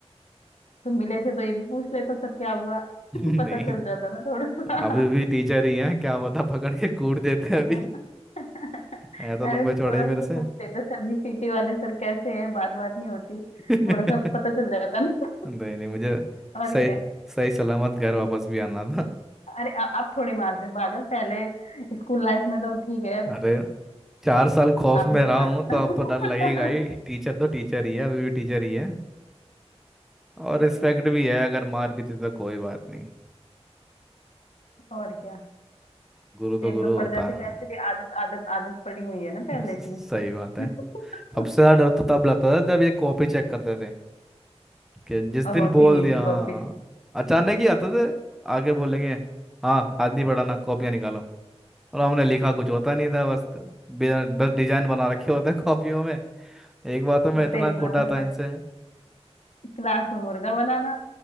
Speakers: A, on the left (about 80°); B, in the centre.
A: तुम मिले थे तो ये भी पूछ लेता सर क्या हुआ <laughs>
B: <laughs>
A: पता
B: नहीं
A: चल जाता ना थोड़ा सा
B: अभी भी टीचर ही हैं क्या पता पकड़ के कूट देते हैं अभी
A: हाँ।
B: <laughs>
A: <laughs>
B: ऐ तो
A: अरे
B: लंबे
A: तो थोड़ा
B: चौड़े ही मेरे
A: सा तो
B: से
A: पूछ लेते सर जी पीटी वाले सर कैसे हैं बात बात नहीं होती
B: <laughs> नहीं
A: थोड़ा सा पता चल जाता ना
B: नहीं मुझे
A: <laughs> और
B: सही
A: क्या
B: सही सलामत घर वापस भी आना था
A: अरे अ- अब थोड़ी मार दे पागल पहले स्कूल लाइफ में तो ठीक है अब
B: अरे चार साल खौफ
A: नहीं
B: में रहा
A: मार
B: हूँ तो अब तो डर
A: देना
B: लगेगा ही
A: <laughs>
B: टीचर तो टीचर ही है अभी भी टीचर ही है और रिस्पेक्ट भी है अगर मार भी थी तो कोई बात नहीं
A: और क्या
B: गुरु तो
A: एक
B: गुरु
A: दो पड़
B: होता
A: जाते पैसे
B: है
A: भी आदत आदत आदत पड़ी हुई है ना पहले
B: <laughs>
A: की
B: सही बात है
A: <laughs>
B: सबसे ज्यादा डर तो तब लगता था जब ये कॉपी चेक करते थे कि जिस
A: और
B: दिन
A: होती
B: बोल
A: नहीं
B: दिया
A: थी कॉपी
B: हाँ अचानक ही आते थे आगे बोलेंगे हाँ आज नहीं पढ़ाना कॉपियाँ निकालो और हमने लिखा कुछ होता नहीं था बस बिना बस डिजाइन बना रखे होते हैं कॉपियों में एक बार तो मैं
A: आते
B: इतना
A: ही क्लास
B: कोटा था
A: में
B: इनसे
A: क्लास में मुर्गा बनाना